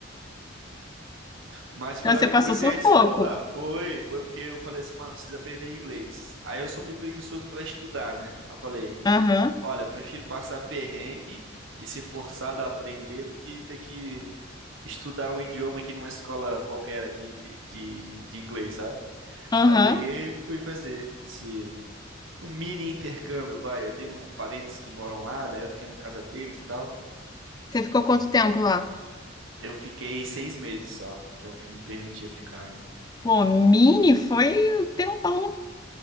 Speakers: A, on the right; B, on the left.
A: Mas foi
B: Então
A: lá
B: você
A: que eu
B: passou
A: comecei
B: sufoco.
A: a desenrolar. Foi, foi porque eu falei assim, mano, preciso aprender inglês. Aí eu sou meio preguiçoso pra estudar, né? Eu falei,
B: Aham,
A: olha, eu prefiro passar perrengue e ser forçado a aprender do que ter que estudar um idioma aqui numa escola qualquer aqui de, de, de inglês, sabe?
B: aham.
A: Aí eu peguei e fui fazer esse. um mini intercâmbio, vai. Eu tenho parentes que moram lá, daí eu fiquei na casa deles e tal.
B: Você ficou quanto tempo lá?
A: Eu fiquei seis meses só, que é o que me permitia ficar, né?
B: Pô, mini
A: <laughs> O visto de estudante.
B: foi um tempão.